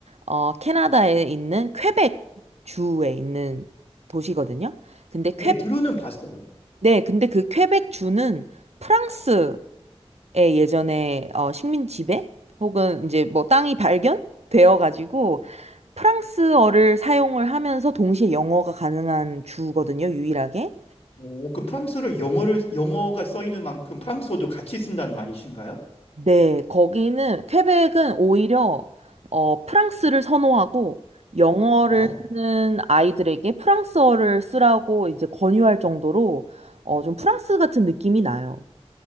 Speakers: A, on the right; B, on the left.
A: 어, 캐나다에 있는 퀘벡 주에 있는 도시거든요. 근데
B: 네, 들어는 봤어요.
A: 네, 근데 그 퀘벡 주는 프랑스의 예전에 어, 식민 지배 혹은 이제 뭐 땅이 발견되어 가지고 프랑스어를 사용을 하면서 동시에 영어가 가능한 주거든요, 유일하게.
B: 오, 그럼 프랑스어를 영어를, 영어가 써 있는 만큼 프랑스어도 같이 쓴다는 말이신가요?
A: 네, 거기는 퀘벡은 오히려 어, 프랑스를 선호하고 영어를
B: 와,
A: 쓰는 아이들에게 프랑스어를 쓰라고 이제 권유할 정도로 어, 좀 프랑스 같은 느낌이 나요.